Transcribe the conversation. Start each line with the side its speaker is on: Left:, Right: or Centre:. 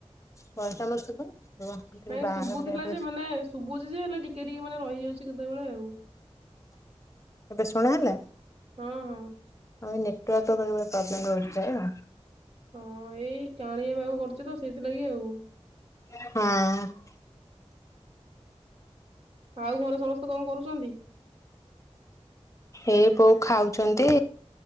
Left: ପଇସା ମାସ ଥିବ <unintelligible> ତ
Right: ନାଇଁ
Left: ବାହାର
Right: ଶୁଭୁଥିଲା ଯେ ମାନେ ଶୁଭୁଛି ଯେ ହେଲେ ଟିକେ ଟିକେ ମାନେ ରହିଯାଉଛି କେତେବେଳେ ଆଉ
Left: ଏବେ ଶୁଣା ହେଲା?
Right: ହଁ ହଁ
Left: ଆମ ଏ ନେଟୱାର୍କ ଟା ବେଳେ ବେଳେ ପ୍ରୋବ୍ଲେମ ରହୁଚି <unintelligible>
Right: ହଁ ଏଇ କାଳିଆ ବାଗ କରୁଚି ତ ସେଇଥିଲାଗି ଆଉ।
Left: ହଁ।
Right: ଆଉ ଘରେ ସମସ୍ତେ କଣ କରୁଚନ୍ତି?
Left: ଏଇ ବୋଉ ଖାଉଚନ୍ତି।